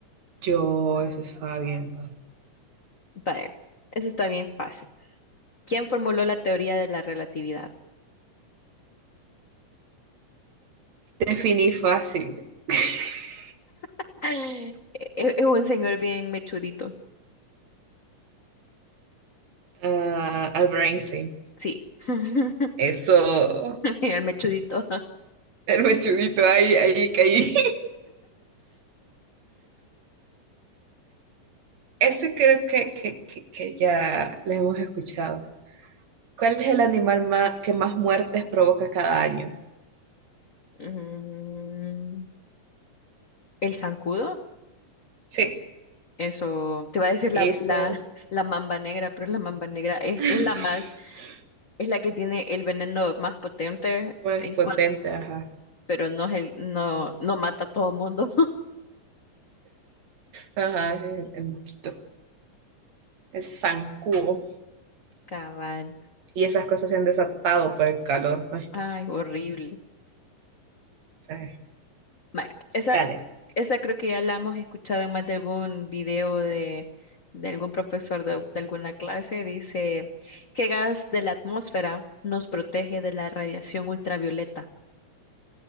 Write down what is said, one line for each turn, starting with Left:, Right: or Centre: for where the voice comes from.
Right: Yo eso estaba viendo.
Left: Vaya, eso está bien fácil. ¿Quién formuló la teoría de la relatividad?
Right: Definí fácil. <laughs>
Left: <gasps> <laughs> Es es un señor bien mechudito.
Right: Ah, Albert Einstein.
Left: Sí, <laughs>
Right: Eso.
Left: el mechudito.
Right: El mechudito ahí, ahí caí. Ese creo que, que, que- que ya lo hemos escuchado. ¿Cuál es el animal ma- que más muertes provoca cada año?
Left: Mm, ¿El zancudo?
Right: Sí,
Left: Eso, te iba a decir
Right: eso
Left: la, la, la mamba negra, pero la mamba negra es,
Right: <laughs>
Left: es la más, es la que tiene el veneno más potente
Right: más
Left: en
Right: potente,
Left: cuanto,
Right: ajá.
Left: pero no es el, no, no mata a todo mundo.
Right: Ajá, el, el mosquito, el zancudo.
Left: Cabal.
Right: Y esas cosas se han desatado por el calor. Ay,
Left: Ay, horrible.
Right: ay.
Left: Bueno, esa,
Right: Dale,
Left: esa creo que ya la hemos escuchado en más de algún video de, de algún profesor de, de alguna clase. Dice, ¿qué gas de la atmósfera nos protege de la radiación ultravioleta?